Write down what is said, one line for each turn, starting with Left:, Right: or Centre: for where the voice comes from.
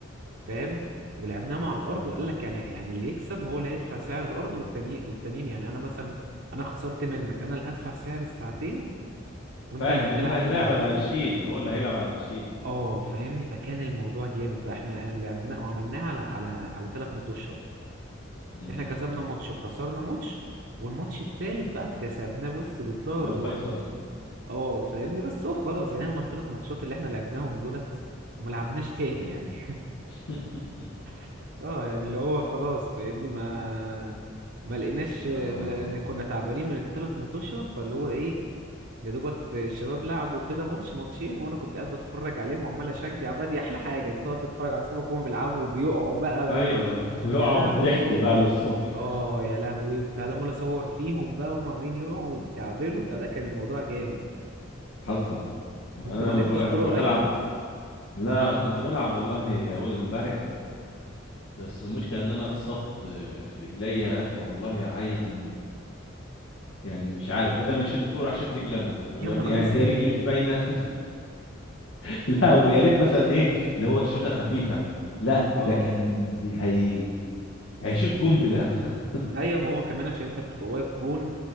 Right: فاهم ولعبناهم على الارض
Left: حلو
Right: وقال لك يعني يعني اللي يكسب هو اللي هيدفع سعر الارض والتاني والتانيين يعني انا مثلا انا خسرت منك انا اللي هدفع سعر الساعتين وانت
Left: فاهم
Right: اللي هتلعب
Left: إيه اللي هيلعب
Right: فيها
Left: على اللي هيشيل هو اللي هيلعب على اللي يشيل
Right: اه فاهمني فكان الموضوع جامد بقى احنا يعني لعبناه وعملناه على على على ثلاث مطوشات
Left: مم.
Right: احنا كسبنا ماتش وخسرنا ماتش والماتش التالت بقى اتكسبناه بص بطلوع
Left: ده
Right: الروح
Left: الفيصل
Right: كنا اه فاهمني بس هو خلاص يعني هما التلات ماتشات اللي احنا لعبناهم دولت وما لعبناش تاني يعني
Left: <laughs>
Right: <laughs> اه يعني اللي هو خلاص فاهمني ما ما لقيناش ما
Left: اه
Right: لقينا كنا تعبانين من التلات مطوشة فاللي هو ايه يا دوبت الشباب لعبوا كده ماتش ماتشين وانا كنت قاعد بتفرج عليهم وعمال اشجع بقى دي احلى حاجة تقعد تتفرج على صحابك وهم بيلعبوا وبيقعوا بقى
Left: ايوه
Right: وهم
Left: ويقعد
Right: يا لهوي
Left: ضحك بقى للصبح
Right: اه يا لهوي كنت قاعد عمال اصور فيهم بقى وهم عاملين يوم ويتكعبلوا بتاع ده كان الموضوع جامد
Left: حصل ما
Right: انت
Left: انا
Right: ما
Left: لما
Right: لعبتش
Left: بروح
Right: كوره
Left: لما بروح
Right: قريب
Left: العب لا كنت بلعب والله اول امبارح بس المشكله ان انا اتصبت في رجليا يا اخي والله عيل يعني مش عارف بدل ما يشوط الكرة راح شاط رجلي انا طب
Right: <laughs> يا
Left: يا
Right: نهار
Left: ابني يعني
Right: اسود
Left: هي رجلي مش باينه <laughs> لا ويا ريت مثلا ايه اللي هو الشوطه خفيفه لا
Right: اه
Left: ده كان بي- هي هيشوط قنبله <laughs>
Right: ايوه ما هو كمان عشان انت بتبقى واقف جون